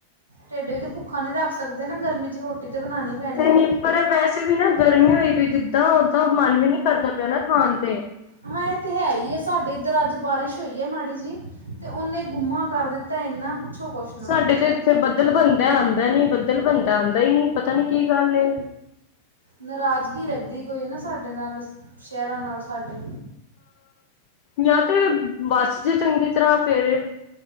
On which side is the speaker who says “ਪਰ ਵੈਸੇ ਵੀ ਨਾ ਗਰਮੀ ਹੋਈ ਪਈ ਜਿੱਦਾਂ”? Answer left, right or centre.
Left